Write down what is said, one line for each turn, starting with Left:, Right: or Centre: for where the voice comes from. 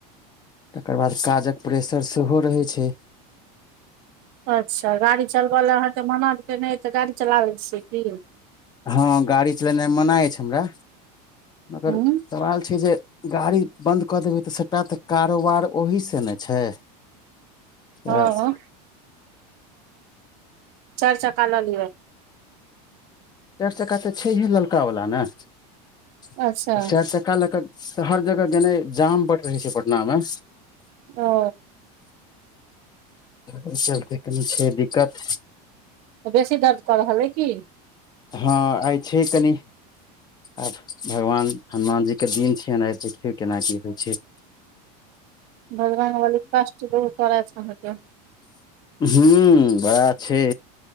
Left: तकर बाद काजक प्रेसर सेहो रहै छै।
Right: अच्छा गाड़ी चलब लए अहाँके मना खेने अइ तऽ गाड़ी चलालै छियै की?
Left: हँ गाड़ी चलेनाइ मना अछि हमरा मगर
Right: हूँ
Left: सवाल छै जे गाड़ी बन्द कऽ देबै तऽ सभटा तऽ कारोबार ओहि से ने छै। त
Right: हँ चारि चक्का ल लिय।
Left: चारि चक्का तऽ छै हे, ललका वाला ने, चारि
Right: अच्छा
Left: चका चारि चक्का लएक, हर जगह गेनाए, जाम बट रहे छै पटना मे।
Right: ओ।
Left: ओहि चलते कनि छै दिक्कत।
Right: त बेसी दरद कर रहलल अय कि?
Left: हँ, आइ छै कनि, आब भगवान! हनुमान जी के दिन छियेन, आ देखियौ केना की होइ छै।
Right: बजरंगबली कष्ट दुर करैथ आहा के।
Left: हू बड़ा छै,